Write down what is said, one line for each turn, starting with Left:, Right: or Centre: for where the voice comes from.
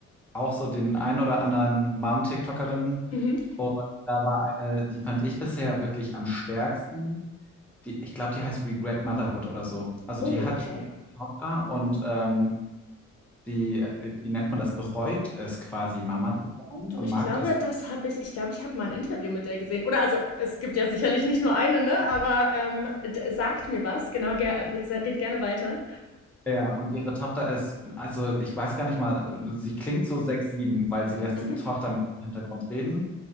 Centre: auch so den ein oder anderen Mom-TikTokerin
Left: Mhm.
Centre: und da war eine, die fand ich bisher wirklich am stärksten. die, ich glaube, die heißt Regret Motherhood oder so. Also
Left: Oh,
Centre: die hat
Left: okay.
Centre: eine Tochter und ähm, die, äh, wie, wie nennt man das, bereut es quasi, Mama zu sein
Left: Du,
Centre: und
Left: ich
Centre: mag
Left: glaube,
Centre: das.
Left: das habe ich, ich glaube, ich habe mal ein Interview mit der gesehen. Oder also, es gibt ja sicherlich nicht nur eine, ne? Aber ähm, d- sagt mir was, genau, ger red gerne weiter.
Centre: Ja, und ihre Tochter ist, also ich weiß gar nicht mal, äh, sie klingt so sechs, sieben, weil sie lässt
Left: Mhm.
Centre: die Tochter im Hintergrund reden.